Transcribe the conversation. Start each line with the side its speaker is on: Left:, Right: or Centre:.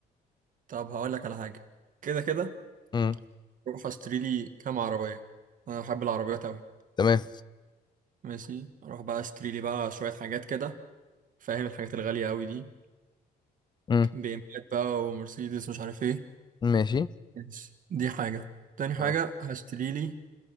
Right: طب هقول لك على حاجه كده كده
Left: امم
Right: اروح اشتري لي كام عربيه انا بحب العربيات قوي
Left: تمام
Right: ماشي اروح بقى اشتري لي بقى شويه حاجات كده فاهم الحاجات الغاليه قوي دي
Left: امم
Right: بي ام بقى ومرسيدس مش عارف ايه
Left: ماشي
Right: ماشي دي حاجه تاني حاجه
Left: تمام.
Right: هشتري لي